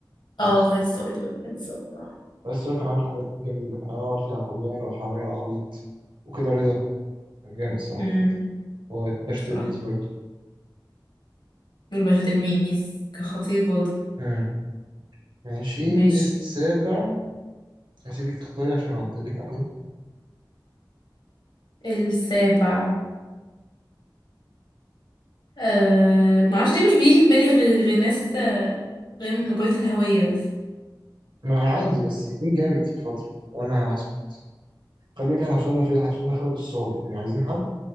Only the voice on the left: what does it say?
اه
خالد الصاوي طبعا خالد الصاوي صح
امم
صح
دول باشا تلميذ كان خطير برضه
ماشي
السابع أه... ما اعرفش ليه مش بيجي في بالي غير غير ناس آه، غير مجهولة الهوية بس